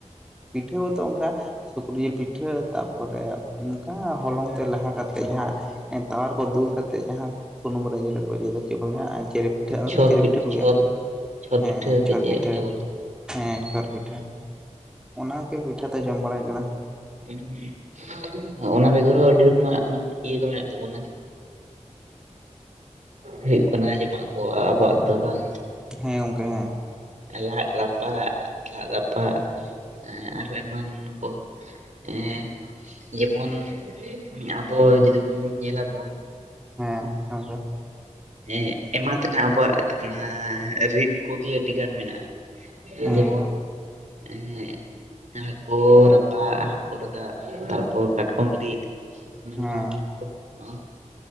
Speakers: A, in the centre; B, on the right.
A: ᱯᱤᱴᱷᱟᱹ ᱦᱚᱸᱛᱚ ᱚᱝᱠᱟ᱾ ᱥᱩᱠᱨᱩ ᱡᱤᱞ ᱯᱤᱴᱷᱟᱹ ᱛᱟᱨᱯᱚᱨᱮ ᱚᱱᱠᱟ ᱦᱚᱞᱚᱝ ᱛᱮ ᱞᱮᱦᱟ ᱠᱟᱛᱮᱫ ᱡᱟᱦᱟᱸ᱾ ᱮᱸ ᱛᱟᱣᱟ ᱨᱮᱠᱚ ᱫᱩᱞ ᱠᱟᱛᱮᱜ ᱡᱟᱦᱟᱸ ᱥᱩᱱᱩᱢ ᱨᱮ ᱤᱭᱟᱹ ᱠᱟᱛᱮ ᱠᱚ ᱤᱭᱟᱹᱭ ᱫᱚ ᱪᱮᱜ ᱠᱚ ᱞᱟᱹᱭᱟ ᱪᱮᱨᱮ ᱯᱤᱴᱷᱟᱹ
B: ᱪᱷᱚᱨ ᱯᱤᱴ
A: <inaudible> ᱯᱤᱴᱷᱟᱹ ᱠᱚ ᱞᱟᱹᱭᱟ᱾
B: ᱪᱷᱚᱨ ᱪᱷᱚᱨ
A: ᱦᱮᱸ
B: ᱯᱤᱴᱷᱟᱹ
A: ᱪᱷᱚᱨ
B: ᱥᱮ ᱪᱮᱫ
A: ᱯᱤᱴᱷᱟᱹ
B: ᱦᱳᱭ
A: ᱦᱮᱸ ᱪᱷᱚᱨ ᱯᱤᱴᱷᱟᱹ ᱚᱱᱟ᱾ ᱯᱤᱴᱷᱟᱹ ᱛᱚ ᱡᱚᱢ ᱵᱟᱲᱟ <inaudible> ᱠᱟᱱᱟ
B: ᱦᱩᱸ ᱦᱤᱸ ᱚᱱᱟ ᱵᱮᱜᱚᱨ ᱦᱚᱸ ᱟᱹᱰᱤ ᱨᱚᱠᱚᱢᱟᱜ ᱢᱟᱱᱮ ᱤᱭᱟᱹ ᱠᱚ ᱢᱮᱱᱟᱜ ᱛᱟᱵᱚᱱᱟ᱾ ᱦᱮᱸ ᱦᱮᱸ <inaudible> ᱚᱱᱟ ᱡᱚᱢᱟᱜ ᱠᱚ ᱟᱨ ᱟᱵᱚᱣᱟᱜ ᱫᱚ ᱵᱟᱝᱼᱼ
A: ᱦᱮᱸ ᱜᱚᱝᱠᱮ ᱦᱮᱸ
B: ᱞᱟᱫ ᱨᱟᱯᱟᱜ ᱞᱟᱫ ᱨᱟᱯᱟᱜ ᱟᱨᱦᱚᱸ ᱮᱢᱟᱱ ᱠᱚ᱾ ᱮᱸ ᱡᱮᱢᱚᱱ ᱟᱵᱚ ᱡᱩᱫᱤ ᱵᱚᱱ ᱧᱮᱞᱟᱵᱚᱱᱼᱼ
A: ᱦᱮᱸ <inaudible>
B: ᱦᱮᱸ ᱮᱢᱟᱱ ᱛᱮᱱᱟᱜ ᱟᱵᱚᱣᱟᱜ ᱚᱱᱟ ᱨᱤᱫ ᱠᱚᱜᱮ ᱟᱹᱰᱤ ᱜᱟᱱ ᱢᱮᱱᱟᱜᱼᱟ᱾
A: ᱦᱮᱸ
B: ᱡᱮᱢᱚᱱ ᱦᱮᱸ ᱦᱟᱹᱠᱩ ᱨᱟᱯᱟᱜᱼᱼ ᱦᱟᱠᱩ ᱨᱟᱠᱟᱵ ᱛᱟᱨᱯᱚᱨ ᱠᱟᱴᱠᱚᱢ ᱨᱤᱫ ᱢᱟᱱᱮ
A: ᱦᱮᱸ
B: ᱱᱚᱣᱟ ᱠᱚᱼᱼ